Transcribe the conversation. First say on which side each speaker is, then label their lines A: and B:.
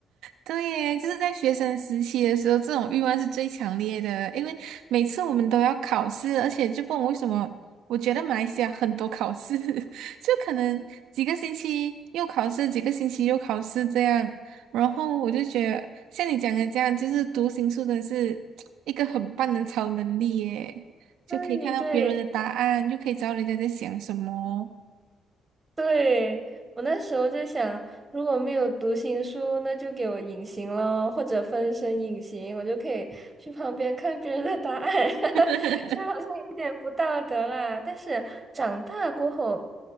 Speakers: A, on the right; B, on the right.
A: 对耶，就是在学生时期的时候，这种欲望是最强烈的，因为每次我们都要考试，而且就不懂为什么，我觉得马来西亚很多考试，<laughs> 就可能几个星期又考试，几个星期又考试这样，然后我就觉得像你讲的这样，就是读心术真的是一个很棒的超能力耶，就可以看到别人的答案，
B: 对对，
A: 又可以知道人家在想什么。
B: 对，我那时候就想，如果没有读心术，那就给我隐形了，或者分身隐形，我就可以去旁边看别人的答案。<laughs>
A: <laughs>
B: 虽然好像有点不道德啦，但是长大过后，